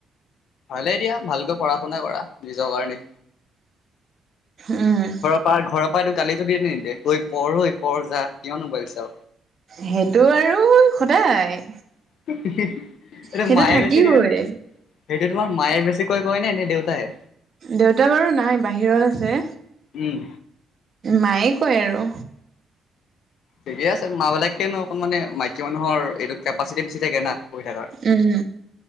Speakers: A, on the left; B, on the right.
A: ভালেই দিয়া! ভালকৈ পঢ়া- শুনা কৰা, নিজৰ কাৰণে।
B: উম!
A: প্ৰায় ঘৰৰ পৰাই, গালিতো দিয়ে নে নিদিয়ে? ঐ পঢ় এই, পঢ় যা, কিমান ম'বাইল চাওঁ।
B: সেইটো আৰু সদায়।
A: <unintelligible> এইটো
B: সেইটো
A: মায়ে
B: থাকিবই
A: বেছি দিয়েনে, সেইটো, তোমাৰ মায়ে বেছি বেছিকৈ কৈনে, নে দেউতাই?
B: দেউতা বাৰু নাই, বাহিৰত আছে।
A: উম!
B: মায়ে কয় আৰু
A: ঠিকে আছে মা বিলাকেনো অকণ মানে মাইকী মানুহৰ এইটো কেপাচিটি বেছি থাকে না। কৰি থকাৰ।
B: উম।